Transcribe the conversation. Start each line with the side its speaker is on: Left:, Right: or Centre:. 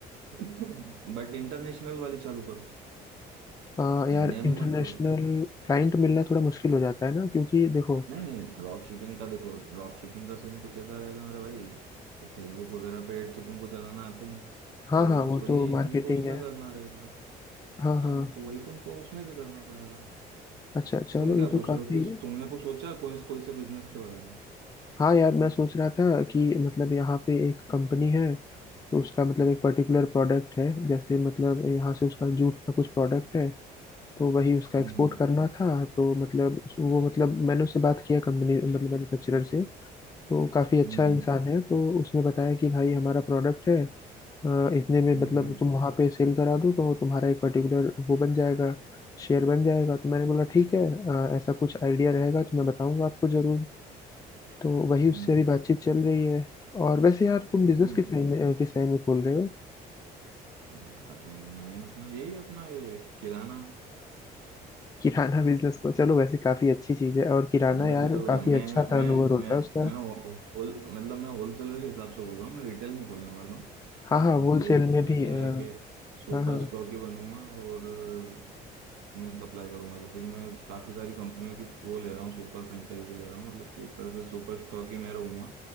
Right: <coughs> बट इंटरनेशनल वाली चालू करो
Left: अ,
Right: इंडिया
Left: यार
Right: में
Left: इंटरनेशनल
Right: मत करो
Left: क्लाइंट मिलना थोड़ा मुश्किल हो जाता है ना क्योंकि देखो
Right: नहीं नहीं ड्रॉप शिपिंग का देखो ड्रॉप शिपिंग का सीन कुछ ऐसा रहेगा मेरा भाई कि फेसबुक वगैरह पे एड तो तुमको चलाना आता ही है
Left: हाँ
Right: तो
Left: हाँ
Right: बस
Left: वो
Right: वही
Left: तो मार्केटिंग
Right: तुमको उसमें
Left: है
Right: करना रहेगा
Left: हाँ
Right: हाँ
Left: हाँ
Right: तो वही तुमको उसमें भी करना पड़ेगा
Left: अच्छा
Right: तो
Left: चलो
Right: तुम क्या
Left: ये
Right: सोच
Left: तो काफी
Right: रहे हो कि तुमने कुछ सोचा है कोई कोई से बिजनेस के बारे में
Left: हाँ यार मैं सोच रहा था कि मतलब यहाँ पे एक कंपनी है तो उसका मतलब एक पर्टिकुलर प्रोडक्ट है जैसे मतलब यहाँ से उसका जूट का कुछ प्रोडक्ट है तो वही उसका
Right: हम्म
Left: एक्सपोर्ट
Right: हम्म
Left: करना था तो मतलब उस- वो मतलब मैंने उससे बात किया कंपनी मतलब मैन्युफैक्चरर से तो काफी अच्छा
Right: हम्म
Left: इंसान है तो उसने बताया कि भाई हमारा प्रोडक्ट है अ, इतने में
Right: हम्म
Left: मतलब तुम वहां पे सेल करा दो तो तुम्हारा एक पर्टिकुलर वो बन जाएगा शेयर बन जाएगा तो मैंने बोला ठीक है अ, ऐसा कुछ आइडिया रहेगा तो मैं बताऊंगा आपको जरूर तो वही
Right: हम्म
Left: उससे
Right: हम्म,
Left: अभी बातचीत चल रही है और वैसे यार तुम बिजनेस
Right: हम्म।
Left: किस लाइन में अ, किस लाइन में खोल रहे हो
Right: यार मैं अपना यही अपना ये किराना
Left: किराना बिजनेस को चलो वैसे काफी अच्छी चीज है और किराना
Right: नहीं मतलब
Left: यार काफी
Right: मैं
Left: अच्छा टर्नओवर
Right: मैं
Left: होता
Right: मैं
Left: है उसका
Right: मैं होल मतलब मैं होलसेलर के हिसाब से बोल रहा हूँ मैं रिटेल नहीं खोलने वाला हूँ
Left: हाँ हाँ होलसेल
Right: अ, तो मैं
Left: में भी
Right: क्या
Left: अ,
Right: है कि सुपर
Left: हाँ हाँ
Right: स्टॉक ही बनूंगा और अ, मैं सप्लाई करूंगा जैसे कि मैं काफ़ी सारी कंपनियों की वो ले रहा हूँ सुपर फ्रेंचाइजी ले रहा हूँ मतलब कि एक तरह से सुपर स्टॉक ही मैं रहूँगा